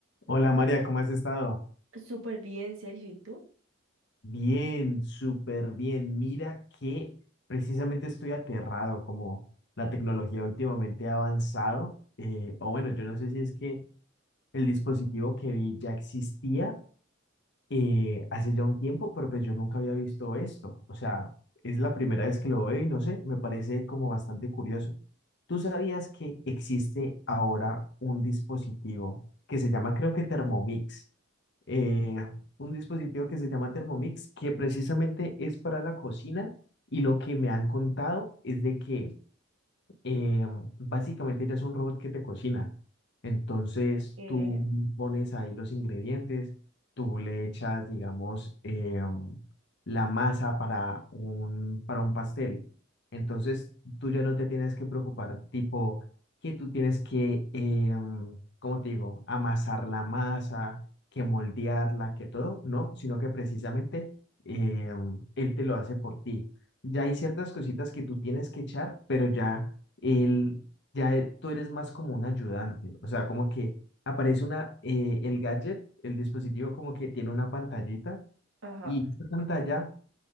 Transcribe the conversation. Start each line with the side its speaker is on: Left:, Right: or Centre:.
Left: Hola María, ¿cómo has estado?
Right: Súper bien, Sergio. ¿Y tú?
Left: Bien, súper bien. Mira que precisamente estoy aterrado como la tecnología últimamente ha avanzado. eh, o bueno, yo no sé si es que el dispositivo que vi ya existía eh, hace ya un tiempo, pero pues yo nunca había visto esto. O sea, es la primera vez que lo veo y no sé, me parece como bastante curioso. ¿Tú sabías que existe ahora un dispositivo que se llama, creo que Thermomix? eh, un dispositivo que se llama Thermomix, que precisamente es para la cocina y lo que me han contado es de que eh, básicamente ya es un robot que te cocina. Entonces
Right: Eh,
Left: tú pones ahí los ingredientes, tú le echas, digamos, eh, la masa para un, para un pastel. Entonces tú ya no te tienes que preocupar, tipo, que tú tienes que, eh, ¿cómo te digo?, amasar la masa, que moldearla, que todo, no, sino que precisamente eh, él te lo hace por ti. Ya hay ciertas cositas que tú tienes que echar, pero ya él, ya e- tú eres más como un ayudante, o sea, como que aparece una, eh, el gadget, el dispositivo como que tiene una pantallita
Right: ajá.
Left: y esa pantalla